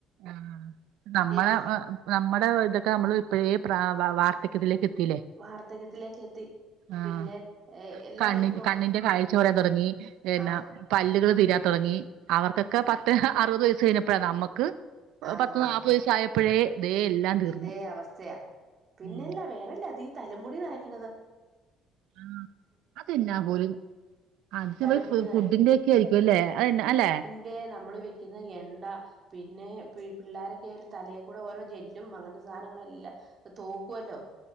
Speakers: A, on the right (about 80°); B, on the right (about 35°).
A: ആഹ് നമ്മളെ
B: ഇപ്പ
A: ആ, നമ്മുടെ ഇതൊക്കെ നമ്മള് ഇപ്പഴേ പ്രാ വാ വാ വാർദ്ധക്യത്തിലേക്ക് എത്തിലെ.
B: വാർദ്ധക്യത്തിലേക്ക് എത്തി
A: ആഹ്
B: പിന്നെ എല്ലാ
A: കണ്ണിന്റെ
B: ഇതും
A: കണ്ണിന്റെ കാഴ്ച കൊറയാൻ തൊടങ്ങി.
B: ആഹ്
A: പിന്നെ പല്ലുകള് തീരാൻ തോടങ്ങി അവർക്കൊക്കെ പത്ത് അറുപത് വയസ് കഴിഞ്ഞപ്പഴാ നമ്മക്ക്.
B: ആഹ്
A: പത്ത് നാപ്പു
B: ആഹ്
A: വയസ്സ് ആയപ്പോഴേ ദേ എല്ലാം. തീർന്നു
B: ഇതേ അവസ്ഥയാ പിന്നെല്ല
A: ഉം
B: വേറെല്ലാ അതെ ഈ തലമുടി നെരയ്ക്കുന്നതാ.
A: ആഹ്. അതെന്നാ പോലും അത്
B: തലമുടി
A: വെ ഫു ഫുഡിന്റെയൊക്കെ ആയിരിക്കും അല്ലേ അതന്നെ അല്ലെ.
B: ദേ നമ്മള് വെക്കുന്ന എണ്ണ പിന്നെ പി പിള്ളേരൊക്കെ തലേൽ കൂടെ ഓരൊ ജെല്ല്. ല്ലും അങ്ങനത്തെ സാനങ്ങളെല്ലാം തോക്കുവല്ലോ.